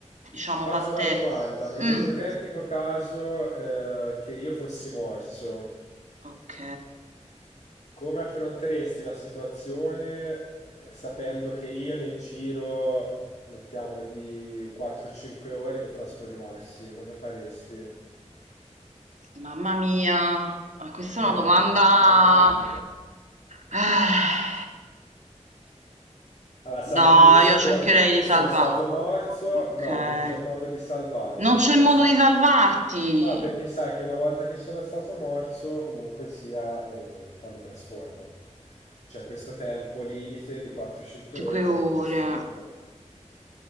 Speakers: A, on the right; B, on the left.
A: diciamo,
B: Ti faccio
A: fatte...
B: una domanda, nell'ipotetico
A: Mm,
B: caso, eh, che io fossi morso,
A: ok.
B: come affronteresti la situazione eh, sapendo che io nel giro, mettiamo di 4-5 ore, mi trasformassi? Cosa faresti?
A: Mamma mia, ah, questa
B: <laughs>
A: è una
B: Eh,
A: domanda...
B: bella domanda.
A: Ah,
B: Allora, sai
A: No,
B: che io sicuramente
A: io cercherei di salvare...
B: sono stato morso,
A: Ok.
B: no, non c'è modo di salvarmi,
A: Non c'è
B: cioè,
A: modo
B: sa-
A: di salvarti.
B: no, perché sai che una volta che sono stato morso, comunque sia, eh, poi mi trasformo. C'è questo tempo limite di 4-5
A: Cinque
B: ore e poi
A: ore.
B: mi trasformo.